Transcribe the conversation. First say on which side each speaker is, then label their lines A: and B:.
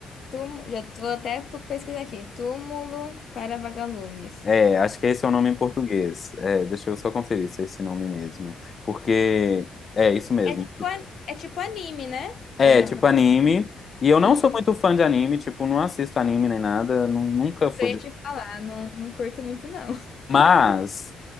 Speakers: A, on the left (about 55°); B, on the left (about 35°).
A: Túmulo, já tô até pesquisar aqui. Túmulo para vagalumes.
B: É, acho que esse é o nome em português. É, deixa eu só conferir se é esse nome mesmo. Porque é isso mesmo.
A: É tipo, an- é tipo anime, né?
B: É,
A: Ou não?
B: tipo anime. E eu não
A: Hum,
B: sou muito fã de anime, tipo, não assisto anime nem nada, nu- nunca
A: isso
B: fui
A: eu ia te falar, não, não curto muito, não.
B: Mas